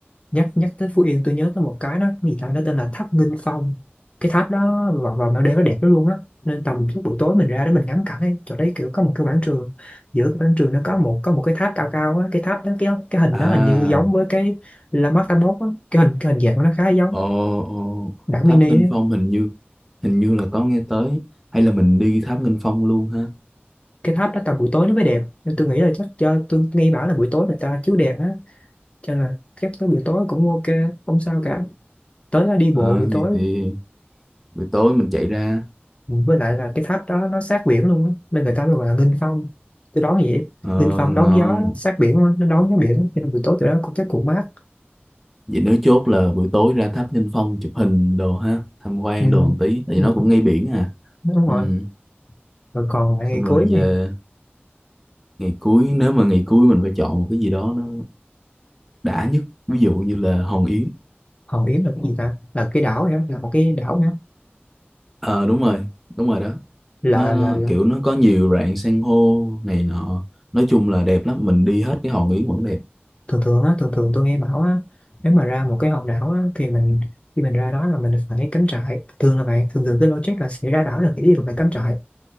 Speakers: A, on the left; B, in the centre.
A: nhắc nhắc tới Phú Yên tôi nhớ tới một cái đó cái gì ta nó tên là tháp Nghinh Phong cái tháp đó vào vào ban đêm nó đẹp lắm luôn á nên tầm lúc buổi tối mình ra để mình ngắm cảnh ấy chỗ đấy kiểu có một cái quảng trường giữa cái quảng trường nó có một có một cái tháp cao cao á cái tháp đó cái cái hình
B: à
A: nó hình như giống với cái La Mát 81 á cái hình cái hình dạng của nó khá giống
B: ồ ồ
A: bản
B: tháp
A: mini
B: Nghinh
A: á.
B: Phong hình như hình như là có nghe tới hay là mình đi tháp Nghinh Phong luôn ha
A: cái tháp đó tầm buổi tối nó mới đẹp nên tôi nghĩ là chắc cho tôi nghe bảo là buổi tối người ta chiếu đèn á cho nên là chắc tới buổi tối cũng ok không sao cả tới đó đi bộ
B: Ờ,
A: buổi tối
B: thì, thì buổi tối mình chạy ra
A: với lại là cái tháp đó nó sát biển luôn á. nên người ta mới gọi là nghênh phong tôi đoán vậy
B: ờ,
A: nghênh phong đón
B: ngon
A: gió sát biển á, nó đón gió biển cho nên buổi tối tụi nó cũng chắc cũng mát
B: vậy nếu chốt là buổi tối ra tháp Nghinh Phong chụp hình đồ ha tham quan
A: ừ.
B: đồ một tí tại
A: Ừ.
B: vì nó cũng ngay biển à
A: đúng
B: ừ
A: rồi rồi còn lại ngày
B: xong rồi
A: cuối này
B: về ngày cuối nếu mà ngày cuối mình phải chọn một cái gì đó nó đã nhất ví dụ như là Hòn Yến
A: Hòn Yến là cái gì ta là cái đảo vậy á, là một cái đảo nữa
B: ờ đúng rồi đúng rồi đó
A: là,
B: nó, nó
A: là là
B: kiểu nó có nhiều rạn san hô này nọ nói chung là đẹp lắm mình đi hết cái Hòn Yến vẫn đẹp
A: thường thường á thường thường tôi nghe bảo á nếu mà ra một cái hòn đảo á, thì mình khi mình ra đó là mình phải cắm trại thường là vậy thường thường cái logic là sẽ ra đảo là cái ý là phải cắm trại